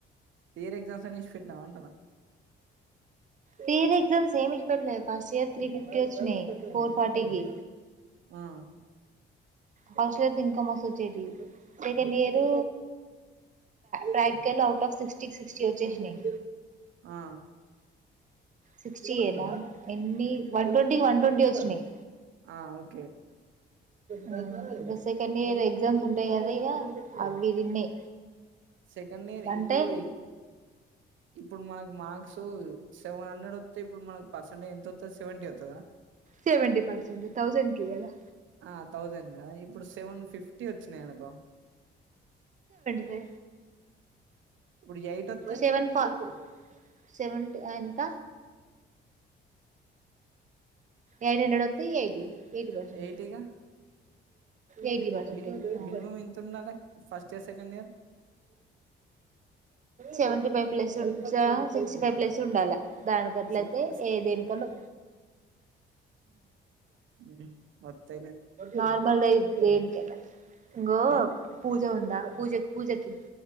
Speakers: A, on the right; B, on the right.
A: థియరీ ఎగ్జామ్స్ అన్ని ఇడిచిపెట్టినావా అంటున్నా
B: థియరీ ఎగ్జామ్ ఏం విడిచిపేట్లే ఫస్ట్ ఇయర్ త్రీ ఫిఫ్టీ వచ్చినాయి ఫోర్ ఫార్టికి
A: ఉమ్
B: ఫస్ట్ ఇయర్ అయితే ఇంకా మస్తు వచ్చేటివి second year practical out of సిక్స్టీకి సిక్స్టీ వచ్చేసినాయి
A: ఆ
B: సిక్స్టీఏనా ఎన్ని వన్ ట్వంటీకి వన్ ట్వంటీ వచ్చినాయి
A: ఆ ఓకే
B: ఉమ్ ఇగ సెకండ్ ఇయర్ ఎగ్జామ్స్ ఉంటాయి కదా ఇక అవి తిన్నాయి
A: సెకండ్ ఇయర్
B: అంటే
A: ఇప్పుడు ఏ ఇప్పుడు మనకి మార్క్స్ సెవెన్ హండ్రెడ్ వత్తే ఇప్పుడు మనకి పర్సంటేజ్ ఎంత వత్తది సెవెంటీ అవుతదా
B: సెవెంటీ పర్సెంట్ తౌసెండ్ కి కదా
A: ఆ థౌజండ్ గా ఇప్పుడు సెవెన్ ఫిఫ్టీ వచ్చినాయినకో
B: రే
A: ఇప్పుడు ఎయిట్ వత్తే
B: సెవెన్ ఫ సెవెన్ టి ఎంత ఎయిట్ హండ్రెడ్ వత్తే ఎయిటి ఎయిటి పర్సెంట్
A: ఎయిటీగా
B: ఎయిటి పర్సెంట్
A: మిన్
B: అయుతుంది ఉమ్
A: మినిమం ఎంత ఉండాలి first year second year
B: seventy five plus ఆ సిక్స్టీ ఫైవ్ ప్లస్ ఉండాలా దానీకట్లయితే
A: సిక్స్
B: ఏ దేనికన్న
A: ఉహూ వత్తే
B: నార్మల్ ది అయితే దేనిక ఇంగ
A: ఆ
B: పూజ ఉందా పూజకు పూజకి